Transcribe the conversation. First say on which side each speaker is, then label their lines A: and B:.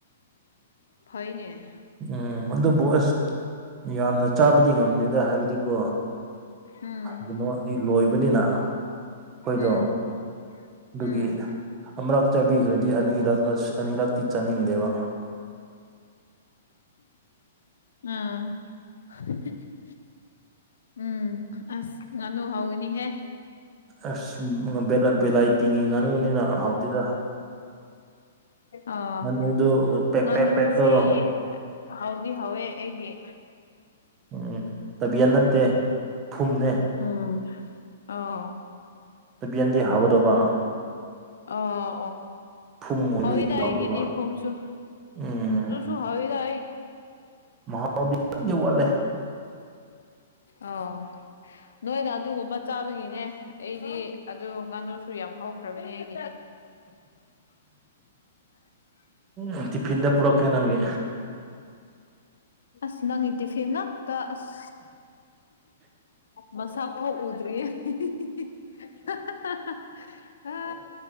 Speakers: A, on the left; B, on the right.
A: ꯐꯩꯅꯦ
B: ꯎꯝ ꯑꯗꯨꯕꯨ ꯑꯁ ꯌꯥꯝꯅ ꯆꯥꯕꯗꯤ ꯉꯝꯗꯦꯗ ꯍꯥꯏꯕꯗꯤꯀꯣ
A: ꯎꯝ
B: ꯀꯩꯅꯣ ꯑꯩ ꯂꯣꯏꯕꯅꯤꯅ ꯑꯩꯈꯣꯏꯗꯣ
A: ꯎꯝ
B: ꯑꯗꯨꯒꯤ
A: ꯎꯝ
B: ꯑꯃꯨꯔꯛ ꯆꯥꯕꯤꯈ꯭ꯔꯗꯤ ꯑꯅꯤꯔꯛ ꯑꯁ ꯑꯅꯤꯔꯛꯇꯤ ꯆꯥꯅꯤꯡꯗꯦꯕ꯫
A: ꯑꯥ <unintelligible> ꯎꯝ ꯑꯁ ꯉꯅꯨ ꯍꯥꯎꯅꯤ ꯍꯦ
B: ꯑꯁ ꯕꯦꯂꯥꯏꯇꯤꯒꯤ ꯉꯥꯅꯨꯅꯤꯅ ꯍꯥꯎꯇꯦꯗ
A: ꯑ
B: ꯉꯥꯅꯨꯗꯨ ꯄꯦꯛ
A: ꯉꯅꯨꯁꯤ
B: ꯄꯦꯛ ꯄꯦꯛ ꯇꯧ
A: ꯍꯥꯎꯗꯤ ꯍꯥꯎꯋꯦ ꯑꯩꯒꯤ
B: ꯎꯝ ꯇꯕꯤꯌꯟ ꯅꯠꯇꯦ ꯐꯨꯝꯅꯦ
A: ꯎꯝ ꯑꯣ
B: ꯇꯕꯤꯌꯟꯗꯤ ꯍꯥꯎꯒꯗꯧꯕ
A: ꯑꯣ
B: ꯐꯨꯝ ꯑꯣꯏꯕꯒꯤ
A: ꯍꯥꯎꯗ
B: ꯍꯥꯎꯗꯕ
A: ꯍꯥꯏꯒꯗꯤ ꯐꯣꯝꯁꯨ
B: ꯎꯝ
A: ꯇꯁꯨ ꯍꯥꯎꯋꯤꯗ
B: ꯃꯍꯧꯗꯤ ꯈꯔꯗꯤ ꯋꯥꯠꯂꯦ꯫
A: ꯑꯣ ꯅꯣꯏꯅ ꯑꯗꯨꯒꯨꯝꯕ ꯆꯥꯕꯒꯤꯅꯦ ꯑꯩꯗꯤ ꯑꯗꯨ ꯉꯥꯅꯨꯁꯨ ꯌꯥꯝ ꯍꯧꯈ꯭ꯔꯕꯅꯤ ꯑꯩꯒꯤꯗꯤ
B: ꯎꯝ ꯇꯤꯐꯤꯟꯗ ꯄꯨꯔꯛꯀꯦ ꯅꯪꯒꯤ
A: ꯑꯁ ꯅꯪꯒꯤ ꯇꯤꯐꯤꯟ ꯉꯛ ꯇ ꯑꯁ ꯃꯁꯥ ꯐꯥꯎ ꯎꯗ꯭ꯔꯤꯌꯦ <unintelligible> ꯑ